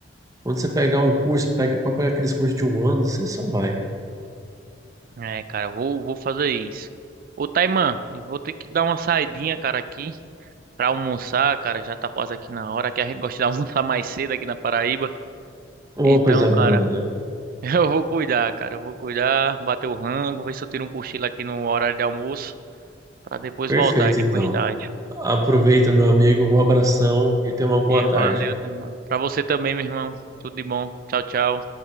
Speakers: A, on the right (about 20°); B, on the right (about 50°).
A: quando você pegar um curso, pega para pegar aqueles cursos de um ano, você só vai.
B: É, cara, eu vou, vou fazer isso. Ô, Taiman, eu vou ter que dar uma saidinha, cara, aqui pra almoçar, cara. Já tá quase aqui na hora, que a gente gosta de <laughs> almoçar mais cedo aqui na Paraíba.
A: Uma
B: Então,
A: coisa
B: cara.
A: boa, né?
B: <laughs> Eu vou cuidar, cara. Eu vou cuidar, bater o rango, ver se eu tiro um cochilo aqui no horário de almoço, pra depois
A: Perfeito,
B: voltar aqui
A: então.
B: pro estádio.
A: Aproveita, meu amigo. Um abração e tenha uma boa
B: E
A: tarde.
B: valeu, tá, irmão. Pra você também, meu irmão. Tudo de bom. Tchau, tchau.